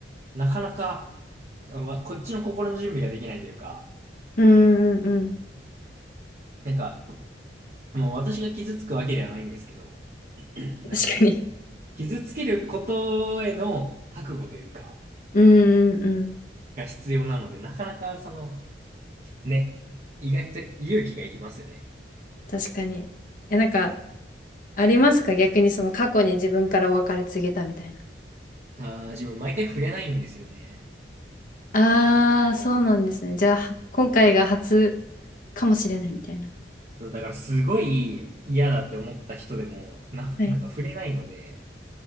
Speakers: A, on the right; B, on the left.
A: なかなか、わこっちの心の準備ができないというか、
B: うんうんうん。
A: なんか、もう私が傷つくわけではないんですけど、<clears throat> なんか、
B: 確かに。
A: 傷つけることへの覚悟というか、
B: うんうんうん。
A: が必要なので、なかなかその、ね、意外と勇気がいりますよね。
B: 確かに。え、なんか、ありますか逆にその過去に自分からお別れ告げたみたいな。
A: ああ、自分毎回触れないんですよね。
B: ああ、そうなんですね。じゃあ、は今回が初かもしれないみたいな。
A: そうだからすごい嫌だって思った人でも、な、
B: はい。
A: なんか触れないので、